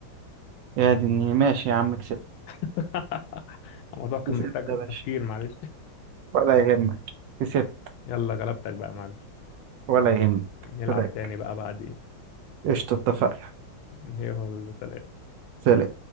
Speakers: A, on the right (about 70°); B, on the left (about 80°).
A: يا دنيا ماشي يا عم كسبت
B: <laughs> الموضوع كان
A: كسبت
B: محتاج
A: يا باشا
B: تفكير معلش
A: ولا يهمك كسبت
B: يلا غلبتك بقى معلش
A: ولا يهمك
B: نلعب
A: فداك
B: تاني بقى بعدين
A: قشطة اتفقنا
B: يلا سلام
A: سلام